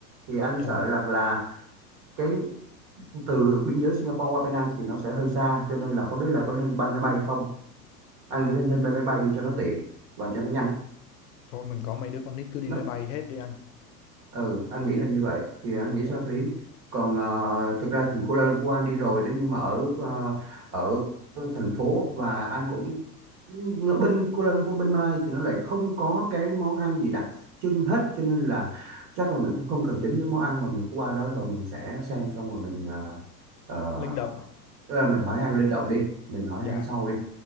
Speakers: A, on the right; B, on the left.
A: thì anh
B: dạ
A: sợ rằng là cái từ biên giới Singapore qua Penang thì nó sẽ hơi xa cho nên là không biết là có nên bay máy bay không anh nghĩ là nên bay máy bay đi cho nó tiện và cho nó nhanh
B: thôi mình có mấy đứa con nít cứ đi
A: Nó
B: máy bay hết đi anh
A: ừ anh nghĩ là như vậy thì anh nghĩ
B: dạ
A: sẽ hợp lý còn ờ, thực ra thì Kuala Lumpur anh đi rồi đấy nhưng mà ở ờ, ở thành phố và anh cũng ừ, bên Kuala Lumpur bên Malaysia thì nó lại không có cái món ăn gì đặc trưng hết cho nên là chắc là mình cũng không cần tính đến món ăn mà mình cứ qua đó rồi mình sẽ xem xong rồi mình ờ, ờ,
B: linh động
A: tức là mình hỏi han linh động đi mình hỏi
B: dạ
A: han sau đi